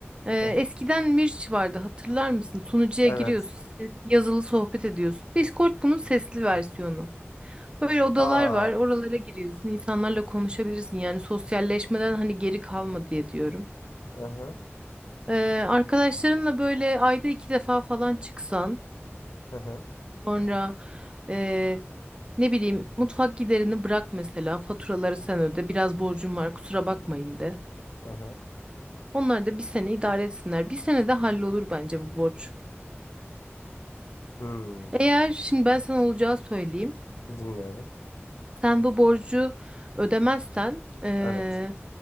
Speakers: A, on the right; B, on the left.
A: E,
B: Hı hı.
A: eskiden Mirç vardı hatırlar mısın? Sunucuya
B: Evet.
A: giriyorsun, yazılı sohbet ediyorsun. Discord bunun sesli versiyonu. Böyle odalar
B: Aa.
A: var. Oralara giriyorsun. insanlarla konuşabilirsin. Yani sosyalleşmeden hani geri kalma diye diyorum.
B: Hı hı.
A: Ee, arkadaşlarınla böyle ayda iki defa falan çıksan
B: Hı hı.
A: sonra ee, ne bileyim mutfak giderini bırak mesela faturaları sen öde biraz borcum var kusura bakmayın de.
B: Hı hı.
A: Onlar da bir sene idare etsinler. Bir senede hallolur bence bu borç.
B: Hmm.
A: Eğer şimdi ben sana olacağı söyleyeyim.
B: Dinliyorum.
A: Sen bu borcu ödemezsen ee,
B: Evet.